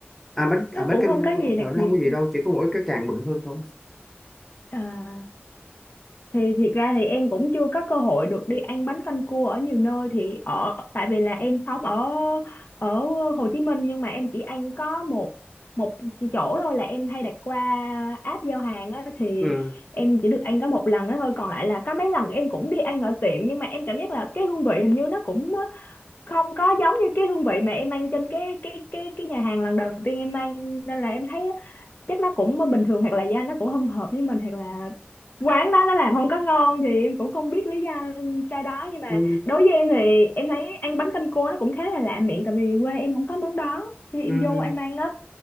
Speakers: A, in the centre; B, on the left (about 50°).
A: à bánh à,
B: Nó
A: bánh
B: cũng
A: căn
B: không có gì đặc
A: ờ, nó
B: biệt.
A: không có gì đâu chỉ có mỗi cái càng bự hơn thôi
B: À, thì thiệt ra thì em cũng chưa có cơ hội được đi ăn bánh canh cua ở nhiều nơi thì ở tại vì là em sống ở ở Hồ Chí Minh nhưng mà em chỉ ăn có một một chỗ thôi là em hay đặt qua app giao hàng á thì
A: ừ
B: em chỉ được ăn có một lần đó thôi còn lại là có mấy lần em cũng đi ăn ở tiệm nhưng mà em cảm giác là cái hương vị hình như nó cũng không có giống như cái hương vị mà em ăn trên cái cái cái cái nhà hàng lần đầu tiên em ăn nên là em thấy chắc nó cũng bình thường hoặc là da nó cũng không hợp với mình hoặc là quán đó nó làm không có ngon thì em cũng không biết lý do cho đó nhưng mà
A: ừ
B: đối với em thì em thấy ăn bánh canh cua nó cũng khá là lạ miệng tại vì quê em không có món đó khi em
A: ừ
B: vô em ăn á